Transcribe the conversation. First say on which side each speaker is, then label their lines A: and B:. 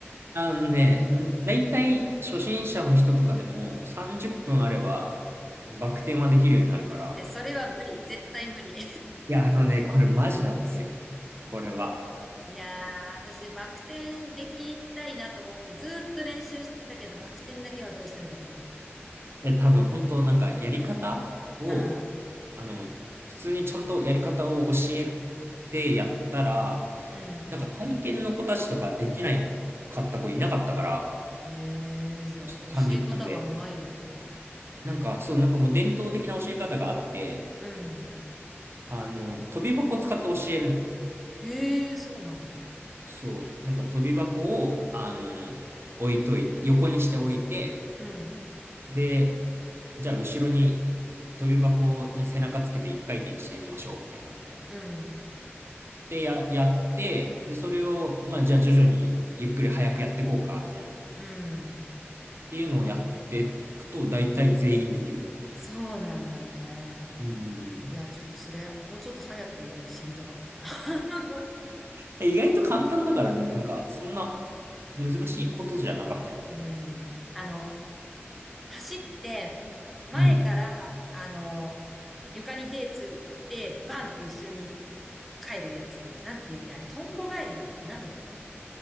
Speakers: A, on the right; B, in the centre.
A: あのね、んだいたい初心者の人とかでも30分あればバク転はできるようになるから。
B: え、それは無理。絶対無理。
A: いや、あのね、これマジなんですよ。これは。
B: いやー、私、バク転できたいなと思って、ずーっと練習してたけど、バク転だけはどうしてもできなかっ
A: え、多分本当なんかやり方を、
B: た。
A: あの、普通にちゃんとやり方を教えてやったら、
B: うん。うん。
A: なんか体験の子たちとかできないかった子いなかったから、
B: えー、そう、
A: 30分で。
B: 教え方がうまいんだね。
A: なんか、そう、なんかもう伝統的な教え方があって、
B: うん。
A: あの、跳び箱を使って教えるのね。
B: へえ、そうなんだ。
A: そう、なんか飛び箱を、あの、置いといて、横にして置いて、
B: うん。
A: で、じゃあ後ろに飛び箱に背中つけて一回転してみましょう、みたいな。
B: うん。
A: で、や、やって、で、それを、まあ、じゃあ徐々にゆっくり早くやってこうか、みたいな。っ
B: うん。
A: ていうのをやっていくと、大体全員できる。
B: そうなんだね。
A: うんうんうん。
B: いや、ちょっとそれ、もうちょっと早く知りたかったな。<laughs>
A: え意外と簡単だからね、なんか、そんな難しいことじゃなかったよ。
B: うん。あの、走って、前から、
A: うん。
B: あの、床に手ついて、バンって後ろに帰るやつ。なんていうっけあれ、トンボ帰りだったっけなんだったっけ